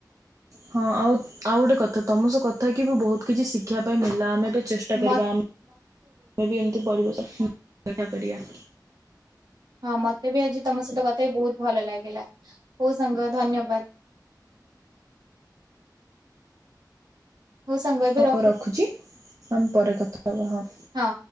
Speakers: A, on the right; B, on the right.
A: ହଁ ଆଉ ଆଉ ଗୋଟେ କଥା ତମ ସହ କଥା ହେଇ କି ବି ବହୁତ କିଛି ଶିଖିବା ପାଇଁ ମିଳିଲା ଆମେ ବି ଚେଷ୍ ଟା
B: ମ
A: କରିବା ଆମେ ବି ଏମତି ପରିବେଶ ରକ୍ଷା କରିବା
B: ହଁ ମତେ ବି ଆଜି ତମ ସହିତ କଥା ହେଇ ବହୁତ ଭଲ ଲାଗିଲା ହଉ ସାଙ୍ଗ ଧନ୍ୟବାଦ। ହଉ ସାଙ୍ଗ ଏବେ
A: ହଉ ରଖୁଛି ଆମେ ପରେ କଥା ହବା ହଁ।
B: ହଁ।